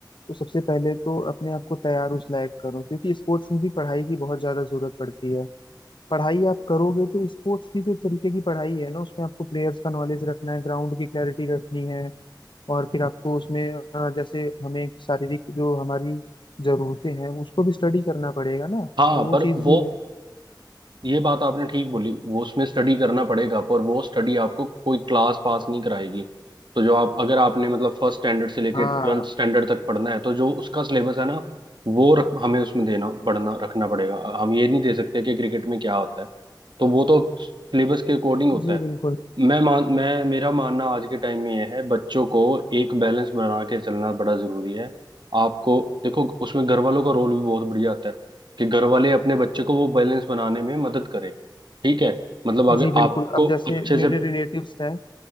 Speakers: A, on the left; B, on the right.
A: तो सबसे पहले तो अपने आप को तैयार उस लायक करो क्योंकि स्पोर्ट्स में भी पढ़ाई की बहुत ज्यादा जरूरत पड़ती है पढ़ाई आप करोगे तो स्पोर्ट्स भी तो एक तरीके की पढ़ाई है ना उसमें आपको प्लेयर्स का नॉलेज रखना है ग्राउंड की क्लैरिटी रखनी है और फिर आपको उसमें अ, जैसे हमें शारीरिक जो हमारी जरूरतें हैं उसको भी स्टडी करना पड़ेगा ना
B: हाँ
A: तो वो
B: पर
A: चीज़
B: वो
A: भी है
B: ये बात आपने ठीक बोली वो उसमें स्टडी करना पड़ेगा पर वो स्टडी आपको कोई क्लास पास नहीं कराएगी तो जो आप अगर आपने मतलब फर्स्ट स्टैंडर्ड से लेके
A: हाँ
B: ट्वेल्थ स्टैंडर्ड तक पढ़ना है तो जो उसका सिलेबस है ना वो रख, हमें उसमें देना पढ़ना रखना पड़ेगा हम ये नहीं दे सकते कि क्रिकेट में क्या होता है तो वो तो सिलेबस के अकॉर्डिंग होता
A: जी
B: है
A: बिल्कुल
B: मैं मान मैं मेरा मानना आज के टाइम में यह है बच्चों को एक बैलेंस बना के चलना बड़ा जरूरी है आपको देखो उसमें घर वालों का रोल भी बहुत बढ़िया आता है कि घर वाले अपने बच्चे को वो बैलेंस बनाने में मदद करें ठीक है मतलब अगर
A: जी बिल्कुल
B: आपको
A: अब जैसे
B: अच्छे
A: मेरे
B: से
A: रिलेटिव्स हैं